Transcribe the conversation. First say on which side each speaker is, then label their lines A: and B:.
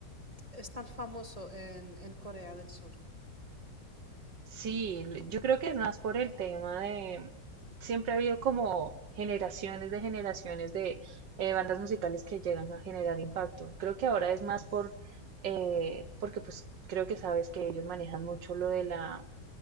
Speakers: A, on the right; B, on the right.
A: es tan famoso en en Corea del Sur.
B: Sí, l- yo creo que es más por el tema de, siempre ha habido como generaciones de generaciones de eh, bandas musicales que llegan a generar impacto. Creo que ahora es más por, eh, porque pues creo que sabes que ellos manejan mucho lo de la